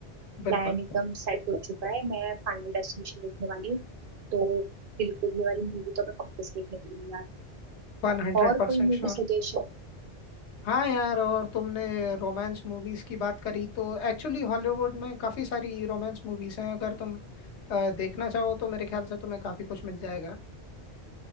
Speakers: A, on the right; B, on the left.
A: प्लान
B: बिल्कुल
A: एकदम सेट हो चुका है मैं फाइनल डेस्टिनेशन देखने वाली हूँ तो बिल्कुल ये वाली मूवी तो मैं पक्के से देखने वाली हूँ यार
B: वन हंड्रेड
A: और
B: परसेंट
A: कोई मूवी
B: श्योर
A: सजेशन
B: हाँ यार और तुमने रोमांस मूवीज की बात करी तो एक्चुअली हॉलीवुड में काफी सारी रोमांस मूवीज हैं अगर तुम अ, देखना चाहो तो मेरे ख्याल से तुम्हें काफी कुछ मिल जाएगा